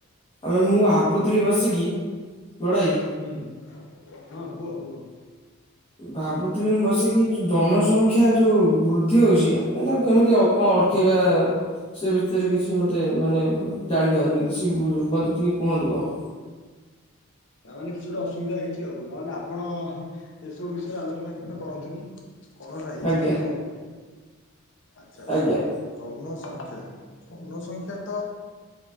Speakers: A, on the left; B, on the left.
A: ଆମେ ମୁଁ ଭାବୁଥିଲି ବସିକି ବଡ଼ଭାଇ?
B: ହୁଁ, ହଁ କୁହ କୁହ।
A: ଭାବୁଥିଲି ମୁଁ ବସିକି ଯୋ ଜନସଂଖ୍ୟା ଯୋଉ ବୃଦ୍ଧି ହଉଛି ଆମେ ତାକୁ କେମିତି ଅ କଣ ଅଟକେଇବା
B: ହୁଁ
A: ସେ ବିଷୟରେ କିଛି ମୋତେ ମାନେ ଜାଣିପାରୁନି କିଛି ବୁ ମୋତେ ଟିକେ କୁହନ୍ତୁ କଣ।
B: ତା ମାନେ କିଛି ଗୋଟେ ଅସୁବିଧା ହେଇଛି ଆଉ ନହେଲେ ଆପଣ ଏସବୁ ବିଷୟରେ ଆଲୋଚନା କେବେ ତ କରନ୍ତିନି? କଣ ଗୋଟା ହେଇଛି
A: ଆଜ୍ଞା
B: ତାହେଲେ ଆଉ, ଆଚ୍ଛା।
A: ଆଜ୍ଞା
B: ଜନସଂଖ୍ୟା, ଜନସଂଖ୍ୟା ତ